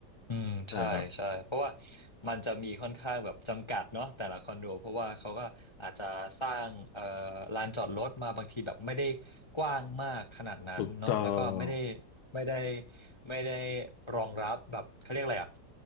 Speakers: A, on the left (about 35°); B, on the left (about 70°).
A: อืมใช่ใช่เพราะว่า
B: ใช่ครับ
A: มันจะมีค่อนข้างแบบจำกัดเนาะแต่ละคอนโดเพราะว่าเขาก็อาจจะสร้างเอ่อลานจอดรถมาบางทีแบบไม่ได้กว้างมากขนาดนั้นเนาะแล้วก็ไม่ได้
B: ถูกต้อง
A: ไม่ได้ไม่ได้รองรับแบบเขาเรียกอะไรอะ